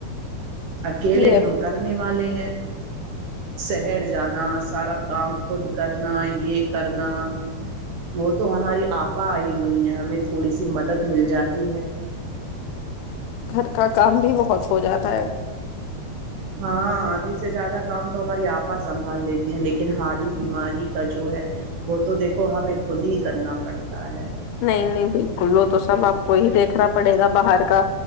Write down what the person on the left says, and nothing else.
یہ ہے
گھر کا کام بھی بہت ہو جاتا ہے
نہیں نہیں بالکل وہ تو سب آپ کو ہی دیکھنا پڑے گا باہر کا